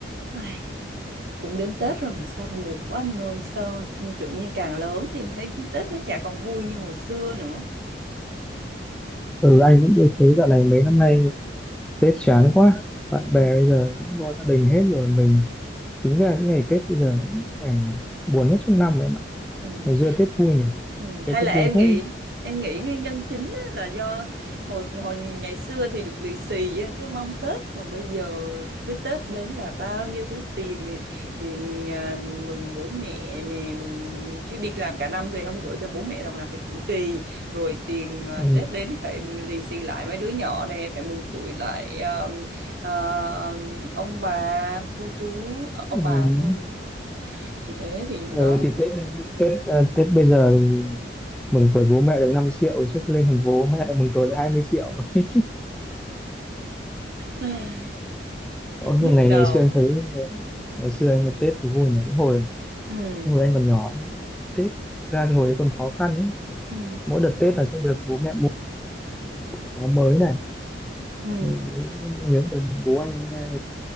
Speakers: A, on the right; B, in the centre.
A: Ai, cũng đến Tết rồi mà sao buồn quá anh ơi sao tự nhiên càng lớn thì em thấy Tết nó chả còn vui như hồi xưa nữa
B: Ừ anh cũng tôi thấy dạo này mấy năm nay Tết chán quá bạn bè
A: ừ.
B: bây giờ cũng có gia đình hết rồi mình chính ra những ngày Tết bây giờ là những ngày buồn nhất trong năm đấy mà
A: Ừ.
B: ngày xưa Tết vui nhỉ
A: Ừ,
B: ngày xưa
A: hay
B: Tết
A: là em
B: vui thế
A: nghĩ em nghĩ nguyên nhân chính á là do hồi hồi ngày xưa thì được lì xì á, cứ mong Tết còn bây giờ cứ Tết đến là bao nhiêu thứ tiền nè tiền à, mừng bố mẹ nè mừng chứ đi làm cả năm về không gửi cho bố mẹ đồng nào thì cũng kỳ rồi tiền à,
B: ừ.
A: Tết đến thì phải lì xì lại mấy đứa nhỏ nè phải mừng tuổi lại à, à, ông bà cô chú ờ, ông
B: Ừ.
A: bà thôi thì thế thì
B: Ừ,
A: đó
B: thì Tết Tết à, Tết bây giờ thì mừng tuổi bố mẹ được năm triệu trước lên thành phố bố mẹ lại mừng tuổi lại hai mươi triệu <laughs>
A: <laughs>
B: Ôi,
A: nhức
B: nhưng ngày
A: đầu
B: ngày xưa anh thấy ngày, ngày xưa anh Tết thì vui nhỉ cái hồi
A: ừ
B: cái hồi anh còn nhỏ Tết thực ra thì hồi đấy còn khó khăn ấy
A: ừ
B: mỗi đợt Tết là sẽ được bố mẹ mua áo mới này
A: ừ
B: Nhưng bố, nhớ đợt bố anh nha,